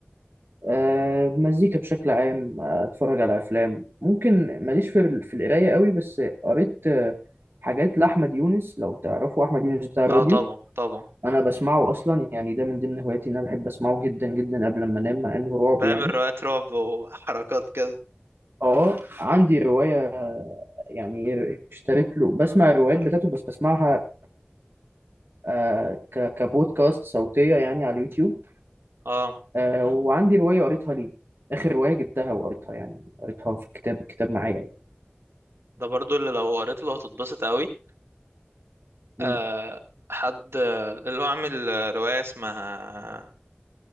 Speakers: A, on the right; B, on the right.
A: أه مزيكا بشكل عام آه، أتفرج على أفلام ممكن ماليش في, ال- في القراية قوي بس قريت آه، حاجات لأحمد يونس لو تعرفوا أحمد يونس بتاع الراديو
B: اه طبعا طبعا
A: أنا بسمعه أصلا يعني ده من ضمن هواياتي إن أنا بحب أسمعه جدا جدا قبل ما أنام مع إنه رعب
B: بعمل
A: يعني
B: روايات رعب وحركات كده
A: أه عندي رواية يعني اشتريت له بسمع الروايات بتاعته بس بسمعها آه، ك- كبودكاست صوتية يعني على اليوتيوب
B: اه
A: آه وعندي رواية قريتها ليه آخر رواية جبتها وقريتها يعني قريتها في الكتاب الكتاب معايا يعني
B: ده برضو اللي لو قريت له هتتبسط قوي
A: مم.
B: آه حد اللي هو عامل رواية اسمها